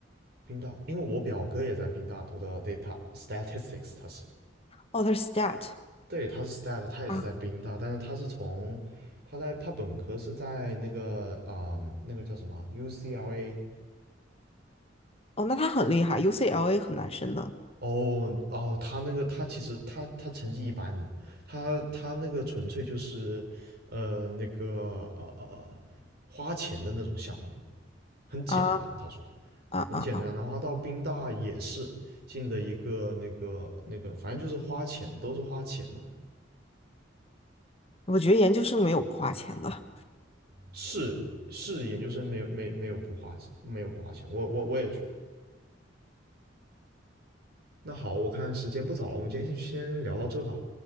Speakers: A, on the right (about 60°); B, on the left (about 30°).
A: 宾大，因为我表哥也在宾大读的 data <laughs> statistics，他是，
B: 哦，他是 STAT
A: 对，他是 stat，他也是在宾大，
B: 啊，
A: 但是他是从他在他本科是在那个啊、那个叫什么 UCLA。
B: 哦，那他很厉害，UCLA 很难申的
A: 哦哦，他那个他其实他他成绩一般的，他他那个纯粹就是呃那个呃呃花钱的那种项目，很简单，
B: 啊
A: 他说
B: 啊啊啊！
A: 很简单。然后他到宾大也是进的一个那个那个，反正就是花钱，都是花钱的。
B: 我觉得研究生没有不花钱的。
A: 是是研究生没有没没有不花没有不花钱，我我我也觉得。那好，我看时间不早了，我们今天先先聊到这吧。